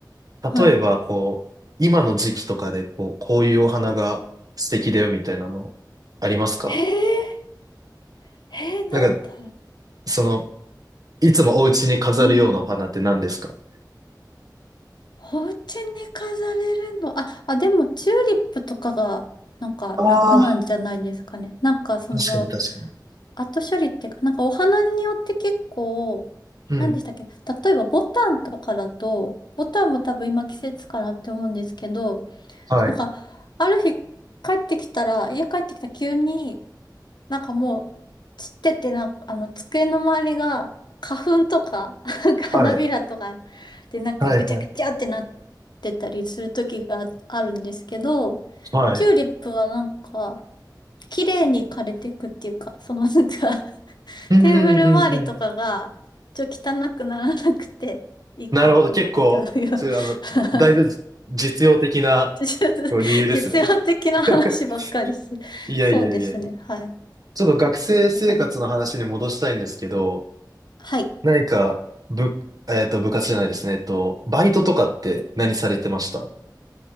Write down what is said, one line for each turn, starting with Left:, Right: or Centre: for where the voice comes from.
Left: はい。
Right: 例えばこう、今の時期とかでこう、こういうお花が素敵だよみたいなのありますか
Left: へえ、へえ、なんだろう。
Right: なんか、その、いつもお家に飾るようなお花って何ですか
Left: 今の。お家に飾れるの。あ、あ、でも、チューリップとかが、なんか楽なんじゃないですかね。
Right: ああ
Left: なんか、その、
Right: ー、確かに確かに。
Left: 後処理っていうか、なんかお花によって結構、
Right: うん。
Left: 何でしたっけ例えば、ボタンとかだと、ボタンも多分今季節かなって思うんですけど、
Right: はい。
Left: なんか、ある日帰ってきたら、家帰ってきたら急に、なんかもう散っててな、あの、机の周りが花粉とか、なんか花びらとか
Right: はい。
Left: で、なんかぐちゃぐちゃってなってたりする時があるんですけど、
Right: はい、はい。はい。
Left: チューリップはなんか、綺麗に枯れていくっていうか、そのなんか <laughs>
Right: うんうんうんうん。
Left: テーブル周りとかが、ちょっと汚くならなくていいかなっていう
Right: なるほど。結構、そういう、
Left: <laughs>
Right: あの、だいぶ実用的な
Left: <laughs> 実
Right: こう理由ですね。
Left: 実用的な話ばっかりして。
Right: <laughs> いやいやいや。
Left: そうですね。はい。
Right: ちょっと学生生活の話に戻したいんですけど、
Left: いう感じ。はい。
Right: 何か、部、えっと、部活じゃないですね。えっと、バイトとかって何されてました